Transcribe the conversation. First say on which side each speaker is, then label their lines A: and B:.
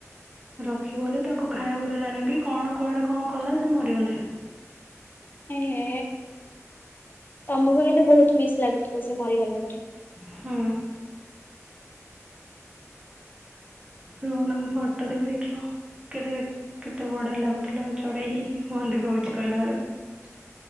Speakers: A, on the right (about 15°); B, on the left (about 35°).
A: ରଖିବ ବୋଲି ତାକୁ ଖାଇବାକୁ ଦେଲାନି କି କଣ କୁଆଡେ କଣ କଲା ସେ ମରିଗଲେ। <inaudible>
B: ଏହେ ତମକୁ କିନ୍ତୁ ବହୁତ ମିସ୍ ଲାଗୁଥିବ ସେ ମରିଗଲା ପରେ।
A: ହଁ। ରହନାଙ୍କୁ ଫଟୋ ଦେବି ଦେଖିବ। କେତେ କେତେ ବଢ଼ିଆ ଲାଗୁଥିଲା ମୁ ଚଢ଼େଇ ହିଁ ମନଦୁଃଖ ହଉଚି କହିଲା ବେଳକୁ।